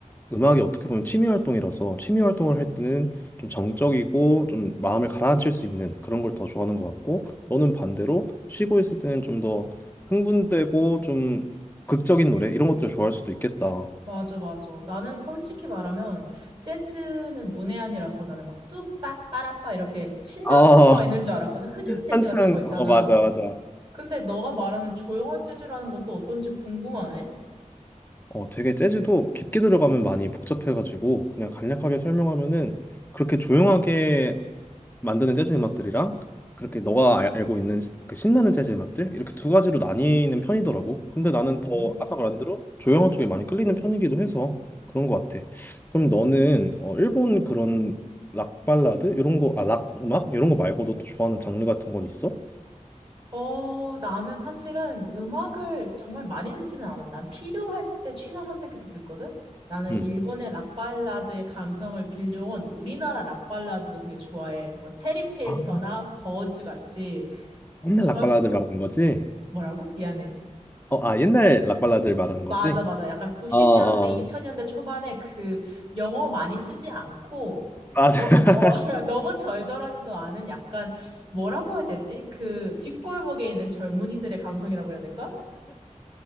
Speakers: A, on the left; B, on the right.
A: 음악이 어떻게 보면 취미 활동이라서 취미 활동을 할 때는 좀 정적이고 좀 마음을 가라앉힐 수 있는 그런 걸 더 좋아하는 것 같고 너는 반대로 쉬고 있을 때는 좀 더 흥분되고 좀 극적인 노래 이런 것들을 좋아할 수도 있겠다.
B: 맞아, 맞아. 나는 솔직히 말하면 재즈는 문외한이라서 나는 막 뚜빠 빠라빠 이렇게 신나는
A: 아,
B: 것만 있는 줄 알았거든. 흑인 재즈
A: 한창,
B: 같은 거 있잖아.
A: 어, 맞아, 맞아.
B: 근데 너가 말하는 조용한 재즈라는 건 또 어떤지 궁금하네?
A: 어, 되게 재즈도 깊게 들어가면 많이 복잡해가지고 그냥 간략하게 설명하면은 그렇게 조용하게 만드는 재즈 음악들이랑 그렇게 너가 알, 고 있는 시- 그 신나는 재즈 음악들 이렇게 두 가지로 나뉘는 편이더라고. 근데
B: 어,
A: 나는 더 아까 말한 대로 조용한 쪽에 많이 끌리는 편이기도 해서 그런 것 같아. 그럼 너는 어, 일본 그런 락 발라드 이런 거, 아, 락 음악 이런 거 말고도 또 좋아하는 장르 같은 건 있어?
B: 어, 나는 사실은 음악을 정말 많이 듣지는 않아. 난 필요할 때 취사 선택해서 듣거든? 나는
A: 응.
B: 일본의 락발라드의 감성을 빌려온 우리나라 락발라드도 되게 좋아해. 뭐, 체리 필터나
A: 아,
B: 버즈 같이,
A: 옛날
B: 저..
A: 락 발라드 말하는 거지?
B: 뭐라고? 미안해.
A: 어, 아, 옛날 락 발라드를 말하는
B: 맞아,
A: 거지?
B: 맞아. 약간 90년대,
A: 어, 어.
B: 2000년대 초반에 그 영어 많이 쓰지 않고,
A: 아,
B: 너,
A: <laughs>
B: 어, <laughs> 너무 절절하지도 않은 약간, 뭐라고 해야 되지? 그 뒷골목에 있는 젊은이들의 감성이라고 해야 될까?